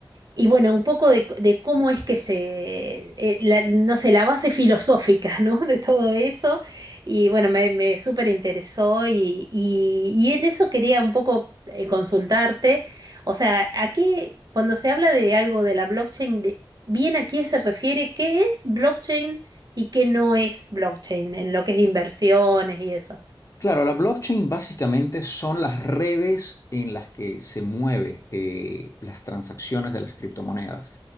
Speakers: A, on the right; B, on the left.
A: Y bueno, un poco de, de cómo es que se, eh, la- no sé, la base filosófica, ¿no? <laughs> De todo eso. Y bueno, me, me súper interesó y, y, y en eso quería un poco eh, consultarte. O sea, aquí, cuando se habla de algo de la blockchain, de- bien a qué se refiere, qué es blockchain y qué no es blockchain en lo que es inversiones y eso.
B: Claro, la blockchain básicamente son las redes en las que se mueven las transacciones de las criptomonedas.